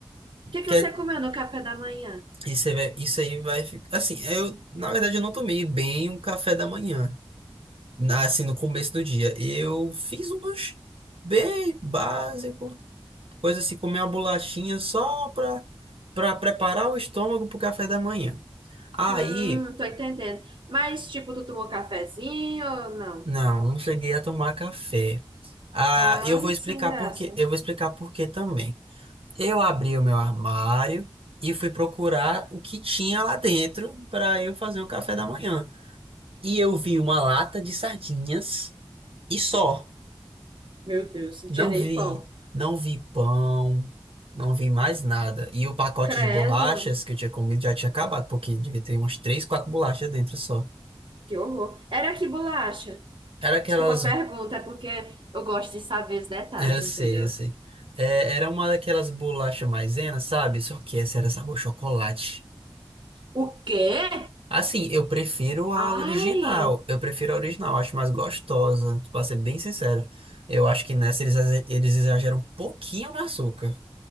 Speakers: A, on the right; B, on the right.
A: O que que
B: Que
A: você
B: é-
A: comeu no café da manhã?
B: isso, aí vai- isso aí vai ficar. Assim, eu, na verdade, eu não tomei bem um café da manhã, na- assim, no começo do dia. Eu fiz um lanche bem básico, coisa assim, comer uma bolachinha só para para preparar o estômago para o café da manhã. Aí.
A: Hum, tô entendendo. Mas, tipo, tu tomou cafezinho ou não?
B: Não, não cheguei a tomar café. Ah,
A: Vale
B: eu vou explicar
A: que sem graça.
B: por quê. Eu vou explicar por quê também. Eu abri o meu armário e fui procurar o que tinha lá dentro para eu fazer o café da manhã. E eu vi uma lata de sardinhas e só.
A: Meu Deus, não
B: Não
A: tinha nem
B: vi,
A: pão.
B: não vi pão, não vi mais nada. E o pacote
A: Credo,
B: de bolachas que eu tinha comido já tinha acabado, porque devia ter umas três, quatro bolachas dentro só.
A: que horror. Era que bolacha?
B: Era aquelas
A: Desculpa a pergunta, é porque eu gosto de saber os detalhes,
B: Eu
A: entendeu?
B: sei, eu sei. É, era uma daquelas bolachas maisena, sabe? Só que essa era sabor chocolate.
A: O quê?
B: Assim, eu prefiro a
A: Ai!
B: original. Eu prefiro a original, acho mais gostosa, pra ser bem sincero. Eu acho que nessa eles, exa- eles exageram um pouquinho no açúcar.